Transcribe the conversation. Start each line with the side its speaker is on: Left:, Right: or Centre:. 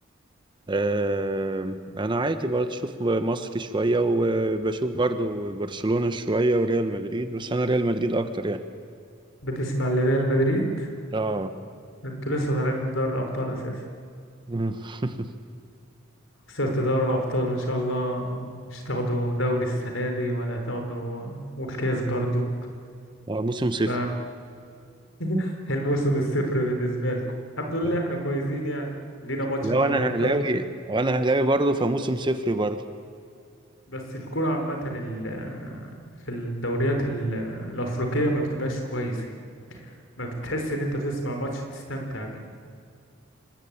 Right: آه انا عادي بشوف مصري شويه وبشوف برضو برشلونه شويه وريال مدريد بس انا ريال مدريد اكتر يعني
Left: بتسمع لريال مدريد
Right: اه
Left: انتوا لسه طالعين من دوري الابطال اساسا
Right: مم. <laughs>
Left: خسرت دوري الابطال وان شاء الله مش تاخدوا دوري السنة دي ولا تاخدوا والكاس برضو
Right: آه، موسم صفر
Left: ف <laughs> الموسم الصفر بالنسبة لكم الحمد لله
Right: آه.
Left: احنا كويسين يعني لينا ماتش
Right: لو
Left: مع
Right: انا
Left: الانتر
Right: اهلاوي وانا اهلاوي برضو فموسم صفر برضو
Left: بس الكرة عامة ال- في الدوريات ال- الأفريقية ما بتبقاش كويسين ما بتحس ان انت بتسمع ماتش بتستمتع بيه